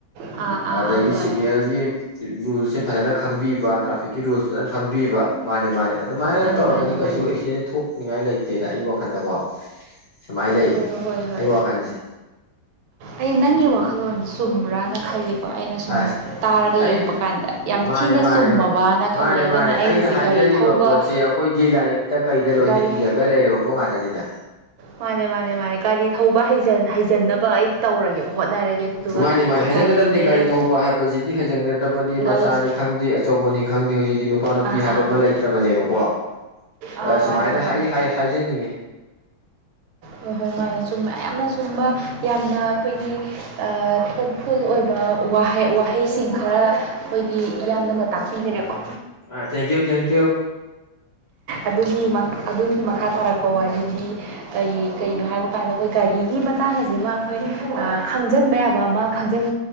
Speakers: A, on the right; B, on the left.
A: ꯑꯥ ꯑꯥ
B: ꯑꯗꯒꯤ
A: ꯑꯥ ꯍꯣꯏ
B: ꯁꯤꯛꯅꯦꯜꯒꯤ ꯔꯨꯜꯁꯦ ꯐꯖꯅ ꯈꯪꯕꯤꯕ ꯇ꯭ꯔꯥꯐꯤꯛꯀꯤ ꯔꯨꯜ ꯐꯖꯅ ꯈꯪꯕꯤꯕ ꯃꯥꯅꯦ ꯃꯥꯅꯦ ꯁꯃꯥꯏꯅ
A: ꯃꯥꯅꯦ
B: ꯇꯧꯔꯒꯗꯤ
A: ꯃꯥꯅꯦ
B: ꯀꯩꯁꯨ
A: ꯃꯥꯅꯦ
B: ꯑꯦꯛꯁꯤꯗꯦꯟ ꯊꯣꯛꯅꯤꯡꯉꯥꯏ ꯂꯩꯇꯦꯗ ꯑꯩꯒꯤ ꯋꯥꯈꯟꯗꯀꯣ ꯁꯨꯃꯥꯏꯅ ꯂꯩ
A: ꯑꯣ ꯍꯣꯏ ꯍꯣꯏ
B: ꯑꯩ ꯋꯥꯈꯜꯁꯦ
A: ꯑꯩ ꯅꯪꯒꯤ ꯋꯥꯈꯜꯂꯣꯟ ꯆꯨꯝꯕ꯭ꯔꯥꯅ ꯈꯜꯂꯤ ꯀꯣ ꯑꯩꯅ ꯁꯨꯝ
B: ꯑꯁ
A: ꯇꯥꯔꯒ
B: ꯑꯩ
A: ꯌꯦꯡꯉꯛꯄ ꯀꯥꯟꯗ ꯌꯥꯝ
B: ꯃꯥꯅꯦ
A: ꯊꯤꯅ
B: ꯃꯥꯅꯦ
A: ꯆꯨꯝꯃꯕꯅ ꯈꯜꯂꯦ
B: ꯃꯥꯅꯦ
A: ꯑꯗꯨꯅ
B: ꯃꯥꯅꯦ
A: ꯑꯩ
B: ꯑꯩꯅ
A: ꯍꯧꯖꯤꯛ
B: ꯍꯥꯏꯖꯔꯤꯕ
A: ꯒꯥꯔꯤ ꯊꯧꯕ
B: ꯄꯣꯠꯁꯦ ꯑꯩꯈꯣꯏꯒꯤ ꯂꯥꯏꯔꯤꯛꯇ ꯀꯩꯗ ꯂꯣꯏꯅ
A: ꯒꯥꯔꯤ
B: ꯏꯔꯒ ꯂꯩꯔꯕ ꯄꯣꯠ ꯉꯥꯛꯇꯅꯤꯗ
A: ꯃꯥꯅꯦ ꯃꯥꯅꯦ ꯃꯥꯅꯦ ꯒꯥꯔꯤ ꯊꯧꯕ ꯍꯩꯖꯟꯅꯕ ꯑꯩ ꯇꯧꯔꯒꯦ ꯍꯣꯠꯅꯔꯒꯦ ꯑꯗꯨꯗꯨꯒ
B: ꯃꯥꯅꯤ ꯃꯥꯅꯤ ꯍꯥꯏꯖꯟꯒꯗꯕꯅꯤ
A: ꯒꯥꯔꯤꯁꯦ
B: ꯒꯥꯔꯤ ꯊꯧꯕ ꯍꯥꯏꯕꯁꯤꯗꯤ ꯍꯩꯖꯟꯒꯗꯕꯅꯤ ꯃꯆꯥꯅꯤ
A: ꯒꯥꯔꯤꯁꯦ
B: ꯈꯪꯗꯦ ꯑꯆꯧꯕꯅꯤ ꯈꯪꯗꯦ ꯍꯧꯖꯤꯛꯇꯤ ꯅꯨꯄꯥ ꯅꯨꯄꯤ
A: ꯑꯥ
B: ꯍꯥꯏꯕ
A: ꯑꯥ
B: ꯑꯃ
A: ꯑꯥ
B: ꯂꯩꯇ꯭ꯔꯕꯅꯦꯕꯀꯣ
A: ꯑꯥ
B: ꯑ
A: ꯃꯥꯅꯦ
B: ꯁꯨꯃꯥꯏꯅ
A: ꯃꯥꯅꯦ
B: ꯍꯥꯏ ꯍꯥꯏꯖꯅꯤꯡꯉꯤ
A: ꯍꯣꯏ ꯍꯣꯏ ꯃꯥꯅꯦ ꯆꯨꯝꯕ ꯌꯥꯝꯅ ꯆꯨꯝꯕ ꯌꯥꯝꯅ ꯑꯩꯈꯣꯏꯒꯤ ꯊꯣꯠꯐꯨꯜ ꯑꯣꯏꯕꯍ ꯋꯥꯍꯩꯁꯤꯡ ꯈꯔ ꯑꯩꯈꯣꯏꯒꯤ ꯌꯥꯝꯅ ꯃꯇꯥꯛ ꯄꯤꯈꯅꯦꯦꯀꯣ
B: ꯑ ꯊꯦꯡꯀ꯭ꯌꯨ ꯊꯦꯡꯀ꯭ꯌꯨ
A: ꯑꯗꯨꯒꯤ ꯑꯗꯨꯒꯤ ꯃꯈꯥ ꯇꯥꯔꯛꯄ ꯋꯥꯔꯤꯗꯤ ꯀꯔꯤ ꯀꯩꯅꯣ ꯍꯥꯏꯕ ꯀꯥꯟꯗ ꯑꯩꯈꯣꯏ ꯒꯥꯔꯤꯒꯤ ꯃꯇꯥꯡꯁꯤꯃ ꯑꯩꯈꯣꯏ ꯈꯪꯖꯤꯟꯕ ꯌꯥꯕ ꯑꯃ ꯈꯪꯖꯟ